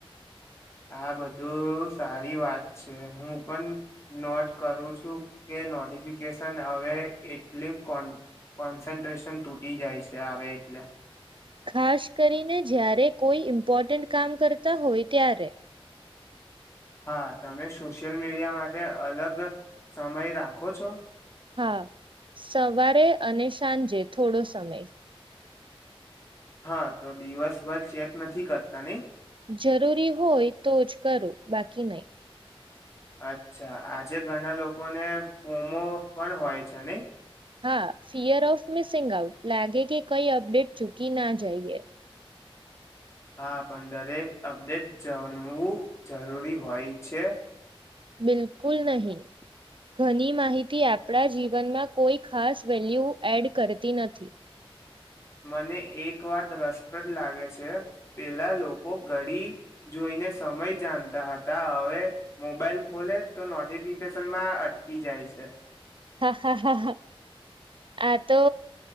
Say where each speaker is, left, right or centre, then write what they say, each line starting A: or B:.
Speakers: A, on the left; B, on the right.
A: આ બધું સારી વાત છે, હું પણ નોટ કરું છું કે નોટિફિકેશન હવે એટલે કોન્ કોન્સન્ટ્રેશન તૂટી જાય છે આવે એટલે.
B: ખાસ કરીને જ્યારે કોઈ ઇમ્પોર્ટન્ટ કામ કરતા હોય ત્યારે.
A: હા તમે સોશિયલ મીડિયા માટે અલગ સમય રાખો છો?
B: હા, સવારે અને સાંજે થોડો સમય.
A: હા તો દિવસભર ચેક નથી કરતા નહીં?
B: જરૂરી હોય તો જ કરું બાકી નહીં
A: અચ્છા આજે ઘણા લોકોને ફોમો પણ હોય છે નહી
B: હા ફિયર ઓફ મિસિંગ આઉટ લાગે કે કઈ અપડેટ ચૂકી ના જઈએ
A: હા પણ દરેક અપડેટ જાણવું જરૂરી હોય છે
B: બિલકુલ નહીં ઘણી માહિતી આપણા જીવનમાં કોઈ ખાસ વેલ્યુ એડ કરતી નથી
A: મને એક વાત રસ લાગે છે પેલા લોકો ઘડી જોઈને સમય જાણતા હતા હવે મોબાઈલ ખોલે તો નોટિફિકેશનમાં અટકી જાય છે
B: હા હા હા હા આ તો